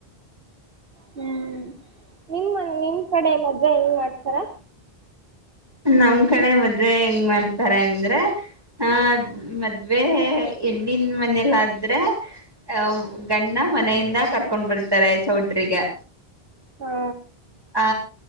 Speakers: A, on the right; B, on the right.
A: ಹ್ಮ್ ನಿನ್ ಮ ನಿನ್ ಕಡೆ ಮದ್ವೆೆ ಹೆಂಗ್ ಮಾಡತರೆ
B: ನಮ್ ಕಡೆ ಮದ್ೆ ಹೆಂಗ್ ಮಾಡ್ತಾರೆ ಅಂದ್ರೆ ಹಾ ಮದ್ವೆ ಹೆಣ್ಣಿನ ಮನೇಲ್ಲಾದ್ರೆ ಅಹ ಗಂಡ ಮನೆಯಿಂದ ಕರ್ಕೊಂಡ್ ಬರತಾರೆ ಚೌಟ್ರಿಗೆ
A: ಹಾ
B: ಆ